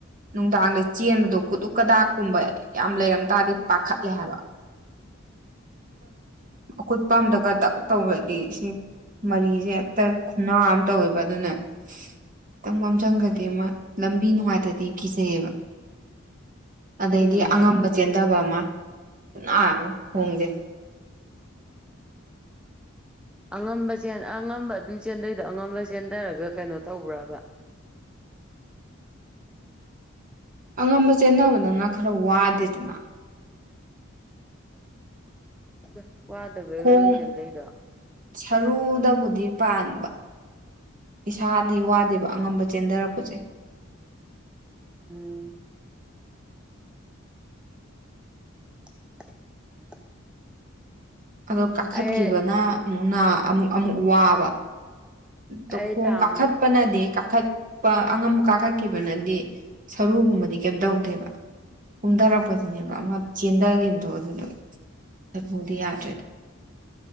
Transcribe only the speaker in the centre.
ꯎꯝ
ꯑꯉꯝꯕ ꯑꯉꯝꯕ ꯑꯗꯨꯝ ꯆꯦꯟꯗꯣꯏꯗꯣ ꯑꯉꯝꯕ ꯆꯦꯟꯊꯔꯒ ꯀꯩꯅꯣ ꯇꯧꯕ꯭ꯔꯥꯕ
ꯑ ꯋꯥꯗꯕꯩꯔꯣ
ꯅꯪꯅ ꯆꯦꯟꯗꯔꯤꯗꯣ
ꯎꯝ <unintelligible>
ꯑꯩ
ꯑꯩ ꯇꯥꯡ